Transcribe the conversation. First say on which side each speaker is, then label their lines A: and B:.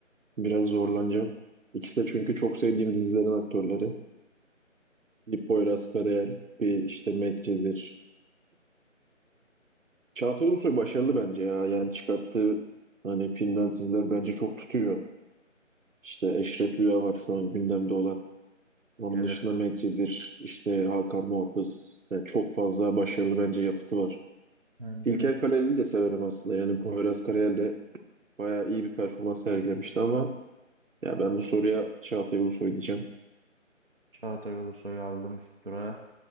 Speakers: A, on the right; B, on the right.
A: biraz zorlanacağım. İkisi de çünkü çok sevdiğim dizilerin aktörleri. Bir Poyraz Karayel, bir işte Medcezir. Çağatay Ulusoy başarılı bence ya. Yani çıkarttığı hani filmler, diziler bence çok tutuyor. İşte Eşref Rüya var şu an gündemde olan. Onun
B: Bence
A: dışında
B: de.
A: Medcezir, işte Hakan Muhafız. Yani çok fazla başarılı bence yapıtı var.
B: Bence
A: İlker
B: de.
A: Kaleli'yi de severim aslında. Yani Poyraz Karayel de bayağı iyi bir performans sergilemişti ama ya ben bu soruya Çağatay Ulusoy diyeceğim.
B: Çağatay Ulusoy'u aldım üst tura.